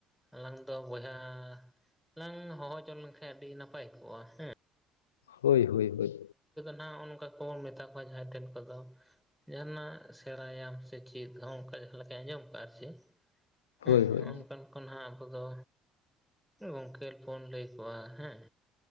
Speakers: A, in the centre; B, on the left (about 75°).
A: ᱟᱞᱟᱝ ᱫᱚ ᱵᱚᱭᱦᱟ ᱞᱟᱝ ᱦᱚ ᱦᱚ ᱡᱚᱝ ᱞᱮᱱ ᱠᱷᱟᱱ ᱟᱹᱰᱤ ᱱᱟᱯᱟᱭ ᱠᱚᱜᱼᱟ ᱦᱮᱸ
B: ᱦᱳᱭ ᱦᱳᱭ ᱦᱳᱭ
A: ᱱᱟᱜᱼᱚ ᱱᱚᱝᱠᱟ ᱠᱚᱵᱚᱱ ᱢᱮᱛᱟ ᱠᱚᱣᱟ ᱡᱟᱦᱟᱸᱭ ᱴᱷᱮᱱ ᱠᱚᱫᱚ ᱡᱟᱦᱟ ᱱᱟᱜ ᱥᱮᱬᱟᱭᱟᱢ ᱥᱮ ᱪᱮᱫ ᱦᱚᱸ ᱚᱱᱠᱟ ᱡᱟᱦᱟᱸ ᱞᱮᱠᱟᱧ ᱟᱸᱡᱚᱢ ᱟᱠᱟᱫᱼᱟ ᱟᱨ ᱪᱮᱫ ᱦᱮᱸ
B: ᱦᱳᱭ
A: ᱱᱚᱜᱼᱚ
B: ᱦᱳᱭ
A: ᱱᱚᱝ ᱠᱟᱱ ᱠᱚ ᱟᱵᱚ ᱫᱚ ᱜᱚᱝᱠᱮ ᱵᱚᱱ ᱞᱟᱹᱭ ᱠᱚᱜᱣᱟ ᱦᱮᱸ